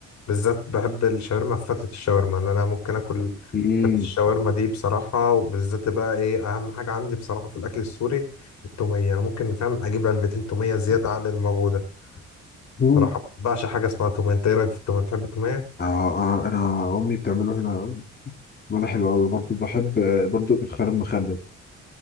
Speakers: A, on the left; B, on the left.
A: بالذات بحب الشاورما فتة الشاورما اللي انا ممكن اكل
B: امم
A: فتة الشاورما دي بصراحه وبالذات بقى ايه اهم حاجه عندي بصراحه في الاكل السوري التوميه انا ممكن فاهم اجيب علبتين توميه زياده عن الموجوده
B: <laughs>
A: بصراحه بعشق حاجه اسمها توميه انت ايه رايك في التوميه بتحب التوميه
B: آه آه انا امي بتعمله هنا بيعمله حلو قوي برضو بحب آه، برضو الخيار المخلل